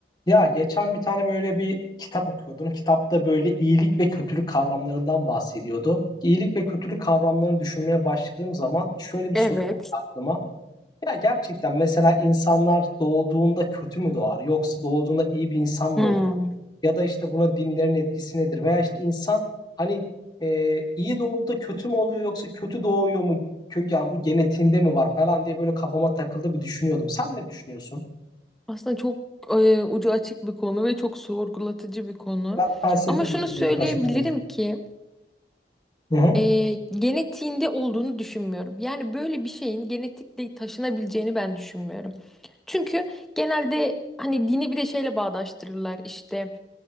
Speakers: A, on the left; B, in the centre.
A: Ya geçen bir tane böyle bir kitap okuyordum. Kitapta böyle iyilik ve kötülük kavramlarından bahsediyordu. İyilik ve kötülük kavramlarını düşünmeye başladığım zaman şöyle bir
B: Evet.
A: soru geldi aklıma. Ya gerçekten mesela insanlar doğduğunda kötü mü doğar yoksa doğduğunda iyi bir insan mı
B: Hmm.
A: olur? Ya da işte buna dinlerin etkisi nedir? Veya işte insan hani e, iyi doğup da kötü mü oluyor yoksa kötü doğuyor mu? Kö- Yani bu genetiğinde mi var falan diye böyle kafama takıldı bir düşünüyordum. Sen ne düşünüyorsun?
B: Aslında çok e, ucu açık bir konu ve çok sorgulatıcı bir konu.
A: Biraz felsefi
B: Ama şunu
A: bir
B: söyleyebilirim
A: yaklaşım evet.
B: ki
A: Hı hı,
B: e, genetiğinde olduğunu düşünmüyorum. Yani böyle bir şeyin genetikle taşınabileceğini ben düşünmüyorum. Çünkü genelde hani dini bir de şeyle bağdaştırırlar işte